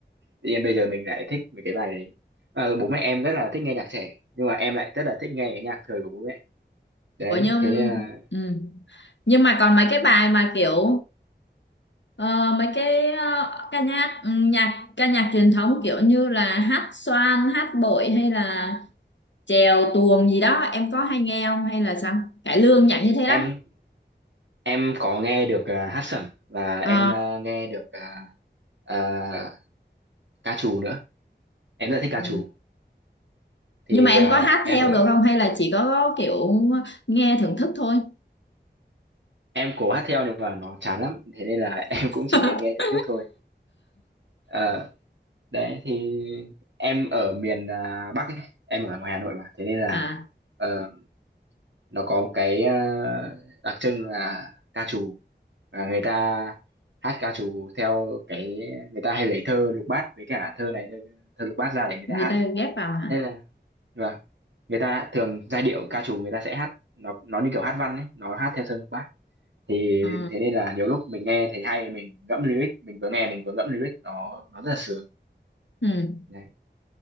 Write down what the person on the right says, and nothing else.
tự nhiên bây giờ mình lại thích mấy cái bài đấy. Ờ, bố mẹ em rất là thích nghe nhạc trẻ nhưng mà em lại rất là thích nghe cái nhạc thời của bố mẹ. Đấy,
thế nên là
em Em có nghe được ờ, hát sẩm và em
ờ, nghe được ờ, ờ, ca trù nữa. Em rất là thích ca
trù. Thì
ờ,
em
ở
dạ,
em cố hát theo nhưng mà nó chán lắm. Thế nên là <laughs> em cũng chỉ
nên nghe thưởng thức thôi. Ờ, đấy thì em ở miền ờ, Bắc ấy. Em ở ngoài Hà Nội mà. Thế nên là
ờ, nó có một cái ờ, đặc trưng là ca trù và người ta hát ca trù theo cái người ta hay lấy thơ lục bát với cả thơ này thơ, thơ lục bát ra để người
ta hát
thế là vâng người ta thường giai điệu ca trù người ta sẽ hát nó nó như kiểu hát văn ấy nó hát theo thơ lục bát thì
thế nên là nhiều lúc mình nghe thấy hay mình ngẫm lyric mình vừa nghe mình vừa ngẫm lyric nó nó rất là sướng
Đấy.